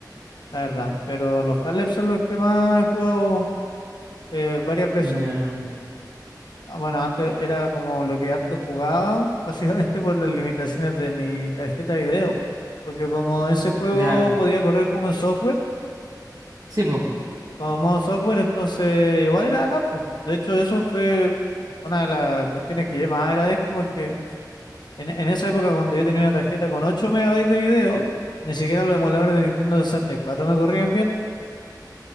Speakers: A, on the left (about 80°); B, on the right (about 55°).
A: la verdad, pero los Half-Life son los que más he jugado eh, varias veces.
B: Ya,
A: Ah, Bueno, antes era como lo que harto jugaba, <laughs> básicamente por las limitaciones de mi tarjeta de video, porque como ese juego
B: ya.
A: podía correr como en software,
B: Sí, po,
A: Como modo software, entonces igual era campo. De hecho, eso fue una de las cuestiones que yo más agradezco porque en, en esa época cuando yo tenía una tarjeta con 8 megabytes de video, ni siquiera los emuladores de Nintendo sesenta y cuatro me corrían bien.